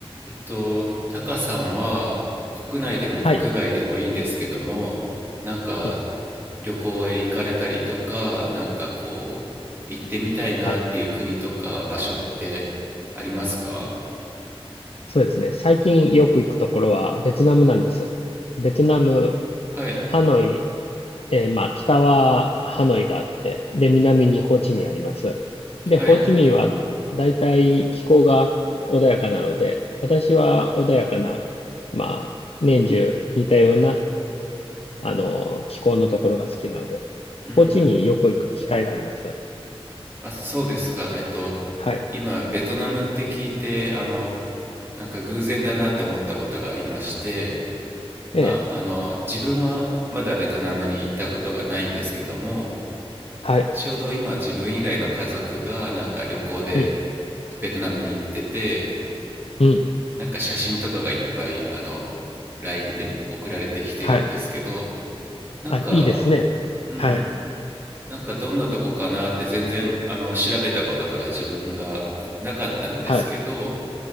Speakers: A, on the right; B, on the left.
A: えっと、タカさんは国内でも国外でもいいんですけども、
B: はい。
A: なんか
B: うん。
A: 旅行へ行かれたりとか、なんかこう、行ってみたいなっていう国とか場所ってありますか
B: はい。そうですね。最近よく行くところはベトナムなんです。ベトナム、
A: はい、
B: ハノイ、えーまあ、北はハノイがあって、で、南にホーチミンあります。で、
A: はい。
B: ホーチミンはだいたい気候が穏やかなので、私は穏やかな、まあ、年中似たような、あの、気候のところが好きなので、
A: うんうん。
B: ホーチミンよく行く機会があります。
A: あ、そうですか。えっと、
B: はい。
A: 今、ベトナムって聞いて、あの、なんか偶然だなって思ったことがありまして、
B: ええ、
A: まあ、あの、自分はまだベトナムに行ったことがないんですけども、
B: はい。
A: ちょうど今自分以外の家族がなんか旅行で
B: うん、
A: ベトナムに行ってて、
B: うん。
A: なんか写真とかがいっぱいあの LINE で送られてきてるんですけど、
B: はい。
A: なんか、
B: あ、いいですね。
A: うん、
B: はい。
A: なんかどんなとこかなって全然あの調べたこととか自分がなかったんですけど、
B: はい。